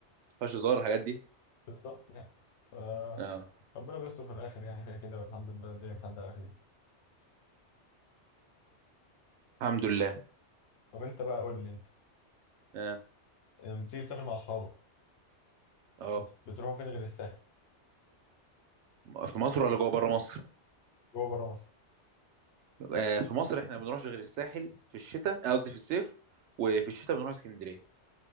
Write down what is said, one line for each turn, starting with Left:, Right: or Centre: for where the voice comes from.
Right: فيهاش هزار الحاجات دي
Left: بالظبط يعني ف-
Right: اه
Left: ربنا بيستر في الاخر يعني كده كده والحمد لله الدنيا بتعدي على خير
Right: الحمد لله
Left: طب انت بقى قول لي انت
Right: اه
Left: لما بتيجي تسافر مع اصحابك
Right: اه
Left: بت- بتروحوا فين غير الساحل
Right: في مصر ولا جوه بره مصر
Left: جوه بره مصر
Right: آه في مصر احنا ما بنروحش غير الساحل في الشتاء آه، قصدي في الصيف وفي الشتاء بنروح اسكندريه